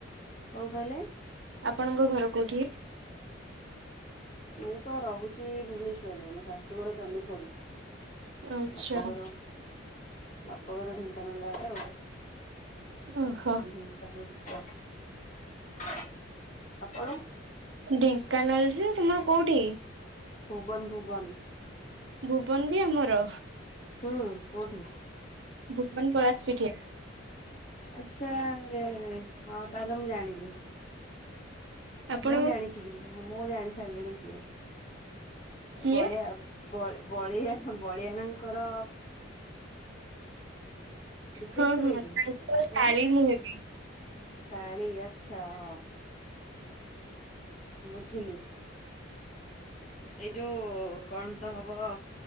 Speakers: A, on the left (about 40°); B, on the right (about 70°).
A: କଁ କହିଲେ।
B: ଆପଣଙ୍କ ଘର କୋଉଠି।
A: ମୁଁ ତ ରହୁଚି ଭୁବନେଶ୍ଵରରେ ମୋ ଶାଶୁଘର ଚଣ୍ଡିଖୋଲ।
B: ଆଚ୍ଛା
A: ବାପଘର ବାପଘର ଢେଙ୍କାନାଳ ଆଡେ ଆଉ।
B: ଓହୋ
A: ଢେଙ୍କାନାଳ <unintelligible> ଆପଣ।
B: ଢେଙ୍କାନାଳ ଯେ ତୁମର କୋଉଠି?
A: ଭୁବନ ଭୁବନ।
B: ଭୁବନ ବି ଆମର।
A: ହୁଁ କୋଉଠି।
B: ଭୁବନ ପଳାଶ ପିଠିଆ।
A: ଆଚ୍ଛା ଆରେ ଆରେ ହଁ ତାହଲେ ମୁଁ ଜାଣିଲି।
B: ଆପଣ
A: ମୁଁ ଜାଣିଛି କିନ୍ତୁ ମୁଁ ଜାଣି ସାରିଲିଣି କିଏ। ଏ
B: କିଏ?
A: ବଳିଆ ବଳ ବଳିଆ ବଳିଆନାଙ୍କର ମିସେସ୍
B: ହଁ
A: ହେବେ
B: ହଁ
A: କି?
B: ତାଙ୍କ ଶାଳୀ
A: ଆଁ
B: ମୁଁ ହେବି।
A: ଶାଳୀ ଆଚ୍ଛା ହଁ। ବୁଝିଲି। ଏଇ ଯୋଉ କଣ ତ ହବ